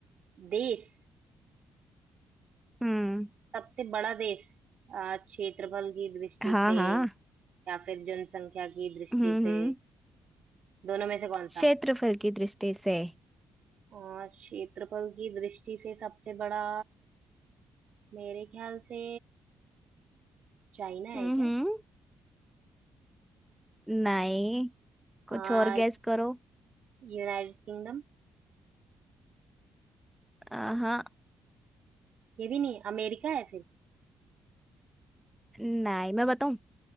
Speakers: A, on the right (about 50°); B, in the centre.
A: देश
B: हम्म
A: सबसे बड़ा देश आ, क्षेत्रफल की दृष्टि
B: हाँ
A: से
B: हाँ
A: या फिर जनसंख्या की दृष्टि
B: हम्म
A: से
B: हम्म
A: दोनों में से कौन
B: क्षेत्रफल
A: सा
B: की दृष्टि से
A: आ, क्षेत्रफल की दृष्टि से सबसे बड़ा मेरे ख्याल से चाइना है
B: हम्म
A: क्या
B: हम्म नहीं कुछ
A: आ,
B: और गैस करो
A: यूनाइटेड किंगडम
B: हाँ
A: ये भी नहीं अमेरिका है
B: नहीं मैं बताऊं